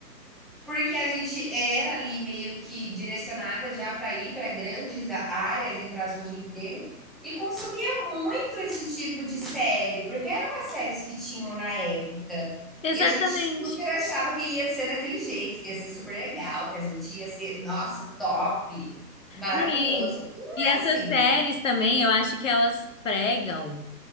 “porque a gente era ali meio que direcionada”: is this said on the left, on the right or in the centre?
Centre